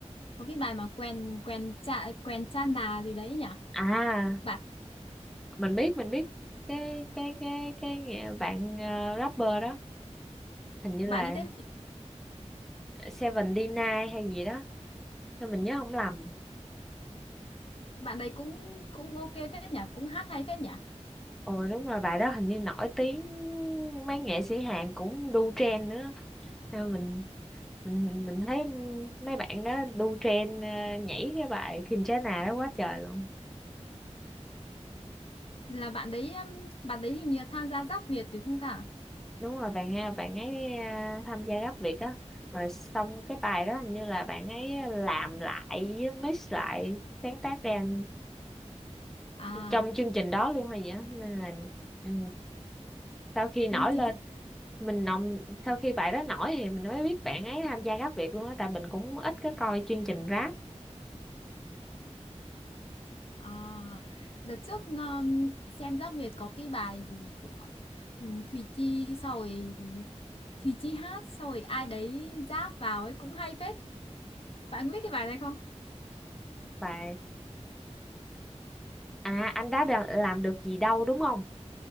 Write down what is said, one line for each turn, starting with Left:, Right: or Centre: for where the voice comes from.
Left: có cái bài mà quen quen cha quen cha nà gì đấy nhỉ
Centre: à
Left: bạn
Centre: mình biết mình biết cái cái cái cái nghệ- bạn ờ, rapper đó hình như
Left: bạn
Centre: là
Left: ấy tên gì?
Centre: Seven D9 hay gì đó sao mình nhớ không lầm
Left: bạn đấy cũng cũng ok phết nhỉ cũng hát hay phết nhỉ
Centre: ồ đúng rồi bài đó hình như nổi tiếng mấy nghệ sĩ Hàn cũng đu trend nữa Nên mình mình mình thấy mấy bạn đó đu trend ờ, nhảy cái bài Kinshasa đó quá trời luôn
Left: là bạn đấy um, bạn đấy hình như tham gia Giáp Việt thì không ta
Centre: đúng rồi bạn ha bạn ấy à, tham gia Gắp Việt á rồi xong cái bài đó hình như là bạn ấy làm lại với mix lại sáng tác ra
Left: à
Centre: trong chương trình đó luôn hay gì á nên là ừ, sau khi nổi
Left: chính chính
Centre: lên mình nồng sau khi bài đó nổi thì mình mới biết bạn ấy tham gia Gắp Việt luôn á tại mình cũng ít có coi chương trình rap
Left: à, đợt trước um, xem Giáp Việt có cái bài gì của um, Thùy Chi sau rồi Thùy Chi hát sau rồi ai đấy ráp vào ấy cũng hay phết bạn biết cái bài này không
Centre: bài à anh đã đà- làm được gì đâu đúng không